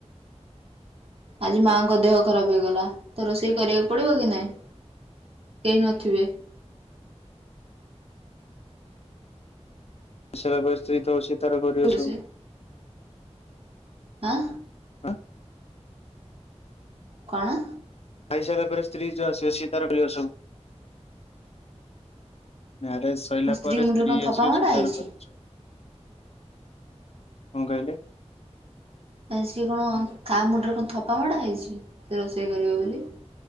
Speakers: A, on the right; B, on the left.
A: ଆଜି ମାଆଙ୍କ ଦେହ ଖରାପ ହେଇଗଲା ତ ରୋଷେଇ କରିବାକୁ ପଡ଼ିବ କି ନାଇଁ? କେହି ନଥିବେ।
B: ସେ <unintelligible> ସ୍ତ୍ରୀ ତ ଅଛି ତାର କରିବ ସବୁ।
A: ସେ ଆଁ?
B: ହଁ।
A: କଣ?
B: ଖାଇସାରିଲା ପରେ ସ୍ତ୍ରୀ <unintelligible> ସେ ତାର ସବୁ ମ୍ୟାରେଜ ସରିଲା
A: ମୋ
B: ପରେ
A: ମୁଣ୍ଡରେ
B: ସ୍ତ୍ରୀ
A: କଣ ଥପା
B: ଆସିବ
A: ମଡ଼ା
B: ସେ
A: ହେଇଛି?
B: ତାର କରିବ ସବୁ। କଣ କହିଲେ?
A: ଆ ସିଏ କଣ ତା ମୁଣ୍ଡରେ କଣ ଥୋପା ଭଡ଼ା ହେଇଚି ସିଏ ରୋଷେଇ କରିବ ବୋଲି?